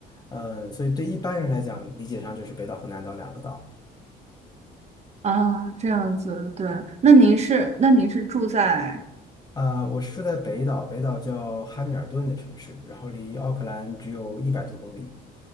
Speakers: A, on the left; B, on the right.
A: 嗯，所以对一般人来讲，理解上就是北岛和南岛两个岛。
B: 啊，这样子，对，那您是那您是住在
A: 啊、我是住在北岛，北岛叫哈密尔顿的城市，然后离奥克兰只有一百多公里。